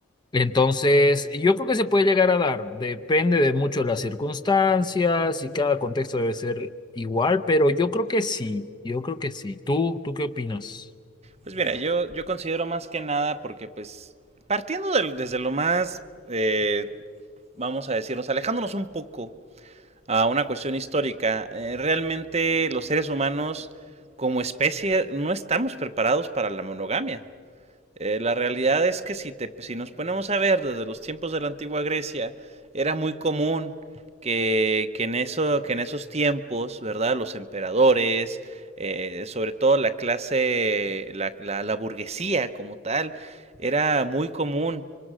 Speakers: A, on the left; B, on the right.
A: entonces, yo creo que se puede llegar a dar, depende de mucho de las circunstancias y cada contexto debe ser igual, pero yo creo que sí, yo creo que sí. ¿Tú, tú qué opinas?
B: Pues mira, yo, yo considero más que nada porque pues partiendo del- desde lo más, eh, vamos a decirnos, alejándonos un poco a una cuestión histórica, eh, realmente los seres humanos como especie no estamos preparados para la monogamia. Eh, la realidad es que si, te, si nos ponemos a ver desde los tiempos de la antigua Grecia, era muy común que, que en, eso, que en esos tiempos, ¿verdad? Los emperadores, eh, sobre todo la clase, la, la, la burguesía como tal, era muy común